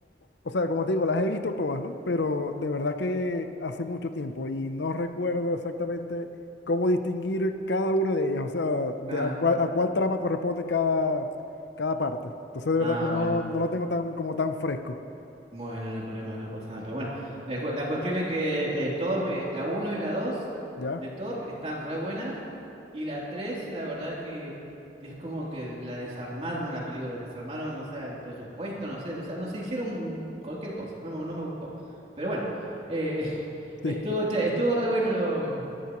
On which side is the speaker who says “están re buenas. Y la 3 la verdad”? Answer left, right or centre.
Right